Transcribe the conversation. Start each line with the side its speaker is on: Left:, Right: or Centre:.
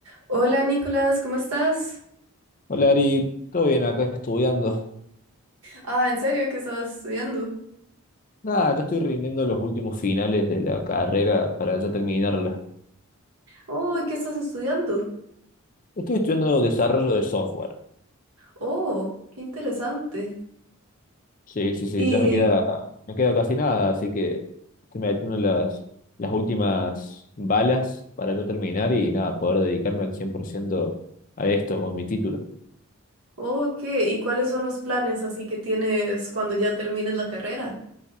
Right: Hola Nicolás, ¿cómo estás?
Left: Hola Ari, todo bien acá estudiando.
Right: Ah, ¿en serio qué estás estudiando?
Left: Nada, ya estoy rindiendo los últimos finales de la carrera para ya terminarla.
Right: Oh, ¿qué estás estudiando?
Left: Estoy estudiando desarrollo de software.
Right: Oh, qué interesante.
Left: Sí, sí, sí,
Right: Y,
Left: ya me queda, me queda casi nada, así que estoy metiendo las, las últimas balas para ya terminar y nada, poder dedicarme al 100% a esto con mi título.
Right: oh, ¿qué? ¿Y cuáles son los planes así que tienes cuando ya termines la carrera?